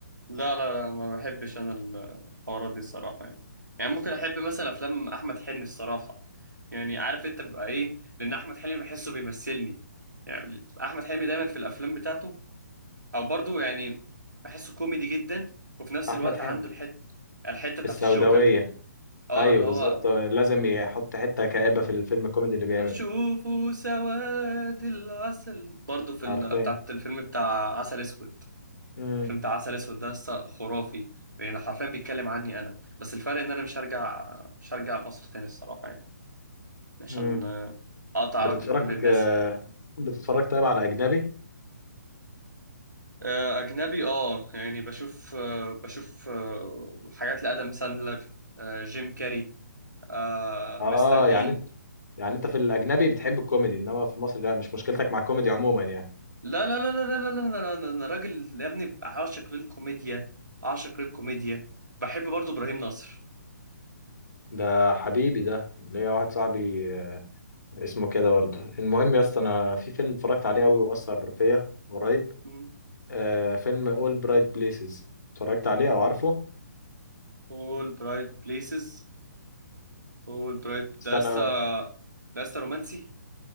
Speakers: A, on the right (about 85°); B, on the left (about 75°).
A: لا لا لا ما بحبش انا الحوارات دي الصراحه يعني يعني ممكن احب مثلا افلام احمد حلمي الصراحه يعني عارف انت بيبقى ايه لان احمد حلمي بحسه بيمثلني يعني احمد حلمي دايما في الافلام بتاعته او برضه يعني بحسه كوميدي جدا وفي نفس
B: احمد
A: الوقت
B: حلمي
A: عنده الحته الحته
B: في
A: بتاعت
B: السوداويه
A: الجوكر دي اه
B: ايوه
A: اللي هو
B: بالظبط لازم يحط حته كآبه في الفيلم الكوميدي اللي بيعمله
A: شوفوا سواد العسل برضه في ال...
B: عارفين
A: بتاعت الفيلم بتاع عسل اسود
B: امم
A: فيلم بتاع عسل اسود ده لسه خرافي يعني حرفيا بيتكلم عني انا بس الفرق ان انا مش هرجع مش هرجع مصر تاني الصراحه يعني عشان
B: امم
A: آه، اقطع علاقتي
B: بتتفرج
A: بكل الناس
B: آه، بتتفرج طيب على اجنبي
A: آه، اجنبي اه يعني بشوف آه، بشوف آه، حاجات لادم ساندلر آه، جيم كاري آه،
B: اه
A: مستر بين
B: يعني انت يعني انت في الاجنبي بتحب الكوميدي انما في مصر لا مش مشكلتك مع الكوميدي عموما يعني
A: لا لا لا لا لا لا لا لا لا، انا أنا راجل يا ابني عاشق للكوميديا عاشق للكوميديا بحب برضو ابراهيم نصر
B: ده حبيبي ده ليا واحد صاحبي آه، اسمه كده برضه المهم يا اسطى انا في فيلم اتفرجت عليه قوي واثر فيا قريب
A: مم.
B: آه فيلم اول برايت بليسز اتفرجت عليه او عارفه
A: all bright places اول برايت
B: استنى
A: ده لسه ده لسه رومانسي